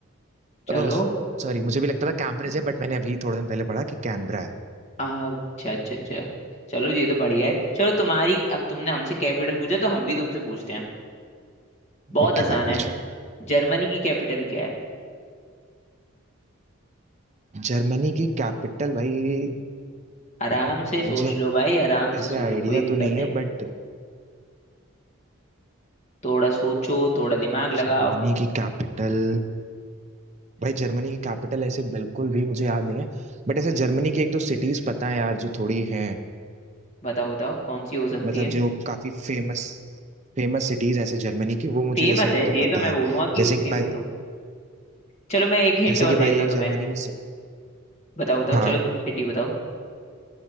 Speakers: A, on the left; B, on the right.
A: चलो
B: ओह सॉरी मुझे भी लगता था कैम्ब्रिज है बट मैंने अभी थोड़े दिन पहले पढ़ा कि कैनबरा है
A: आ, अच्छा अच्छा अच्छा चलो ये तो बढ़िया है चलो तुम्हारी अब तुमने हमसे कैपिटल पूछा तो हम भी तुमसे पूछते हैं बहुत
B: ओके
A: आसान
B: भाई
A: है
B: पूछो
A: जर्मनी की कैपिटल क्या है
B: जर्मनी की कैपिटल भाई
A: आराम से सोच
B: मुझे
A: लो भाई आराम
B: ऐसे
A: से सोच
B: आइडिया
A: लो कोई दिक्कत
B: तो नहीं
A: नहीं
B: है बट
A: थोड़ा सोचो थोड़ा दिमाग लगाओ
B: जर्मनी की कैपिटल भाई जर्मनी की कैपिटल ऐसे बिल्कुल भी मुझे याद नहीं है बट ऐसे जर्मनी की एक दो सिटीज पता है यार जो थोड़ी हैं
A: बताओ बताओ कौन सी हो सकती
B: मतलब
A: है
B: जो काफी फेमस फेमस सिटीज ऐसे जर्मनी की वो मुझे
A: फेमस
B: जैसे
A: है
B: एक दो
A: ये
B: पता
A: तो मैं
B: है
A: बोलूंगा कि
B: जैसे
A: उस
B: कि
A: फेमस
B: भाई
A: हो चलो मैं एक हिंट
B: जैसे
A: और
B: कि
A: देता
B: भाई एक
A: हूँ तुम्हें
B: जर्मनी में सि-
A: बताओ बताओ
B: हाँ
A: चलो तुम सिटी बताओ